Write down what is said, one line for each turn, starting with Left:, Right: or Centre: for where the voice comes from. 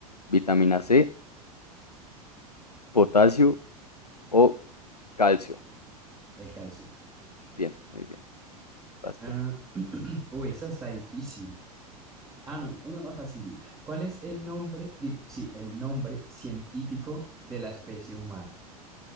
Left: ¿Vitamina C, potasio o calcio?
Right: El calcio.
Left: Bien, muy bien. Vas
Right: Ah,
Left: tú.
Right: <clears throat> uy, esa está difícil. Ah, no, una más facilita. ¿Cuál es el nombre, digo, sí, el nombre científico de la especie humana?